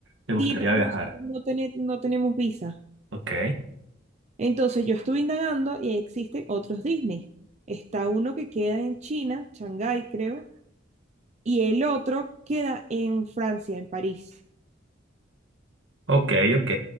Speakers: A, on the right; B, on the right.
A: ¿Te gustaría
B: Sí, pero es
A: viajar?
B: que nosotros no, tene- no tenemos visa.
A: Ok,
B: Entonces yo estuve indagando y existen otros Disney. Está uno que queda en China, Shanghái creo, y el otro queda en Francia, en París.
A: ok, ok.